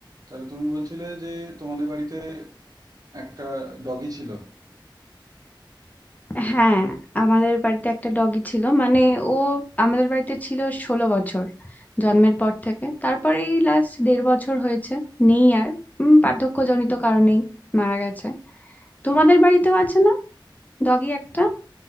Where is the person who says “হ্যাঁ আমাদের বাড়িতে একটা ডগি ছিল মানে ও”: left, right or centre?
Left